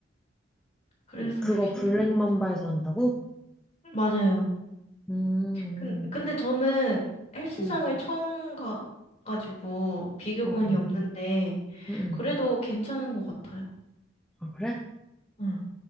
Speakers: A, on the left (about 35°); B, in the centre.
A: 그래서
B: 그거
A: <laughs>
B: 블랙맘바에서
A: 힘든 것 같아요.
B: 한다고?
A: 맞아요.
B: 음,
A: 근,
B: 음,
A: 근데 저는 헬스장을
B: 음.
A: 처음 가가지고 비교군이
B: 어, 어,
A: 없는데
B: 응, 응.
A: 그래도 괜찮은 것 같아요.
B: 아, 그래?
A: 응,